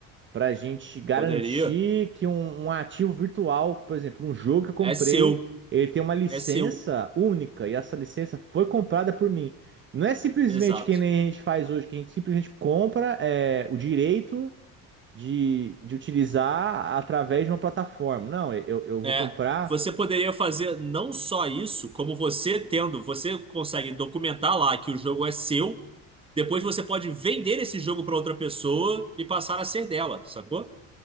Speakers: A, on the right; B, on the right.
A: para a gente garantir
B: poderia.
A: que um, um ativo virtual, por exemplo, um jogo que eu comprei,
B: É seu,
A: ele tem uma licença
B: é seu,
A: única e essa licença foi comprada por mim. Não é simplesmente
B: exato.
A: que nem a gente faz hoje, que a gente simplesmente compra é, o direito de, de utilizar através de uma plataforma. Não, eu, eu vou
B: É.
A: comprar,
B: Você poderia fazer não só isso, como você tendo, você consegue documentar lá que o jogo é seu Depois você pode vender esse jogo para outra pessoa e passar a ser dela, sacou?